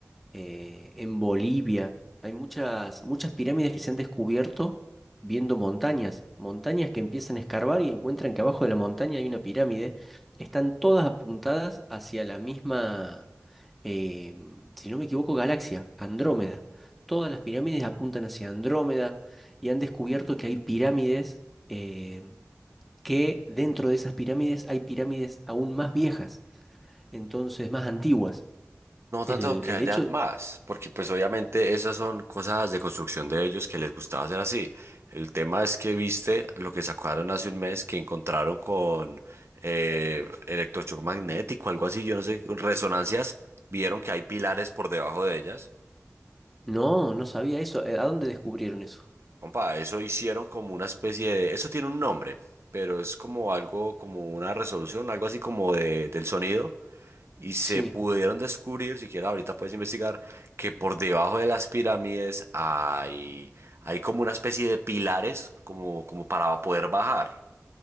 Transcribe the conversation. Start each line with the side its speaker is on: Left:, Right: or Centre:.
Centre: eh, en Bolivia, hay muchas, muchas pirámides que se han descubierto viendo montañas, montañas que empiezan a escarbar y encuentran que abajo de la montaña hay una pirámide, están todas apuntadas hacia la misma, eh, si no me equivoco, galaxia, Andrómeda. Todas las pirámides apuntan hacia Andrómeda y han descubierto que hay pirámides. em, que dentro de esas pirámides hay pirámides aún más viejas, entonces más antiguas.
Right: No
Centre: El,
Right: tanto que
Centre: el
Right: hayan
Centre: hecho,
Right: más, porque pues obviamente esas son cosas de construcción de ellos que les gustaba hacer así. El tema es que viste lo que sacaron hace un mes que encontraron con eh, electrochoc magnético, algo así, yo no sé, resonancias, vieron que hay pilares por debajo de ellas.
Centre: no, no sabía eso. Eh, ¿A dónde descubrieron eso?
Right: Compa, eso hicieron como una especie de, eso tiene un nombre, pero es como algo, como una resolución, algo así como de, del sonido. Y se
Centre: Sí,
Right: pudieron descubrir, siquiera ahorita puedes investigar, que por debajo de las pirámides hay, hay como una especie de pilares como, como para poder bajar.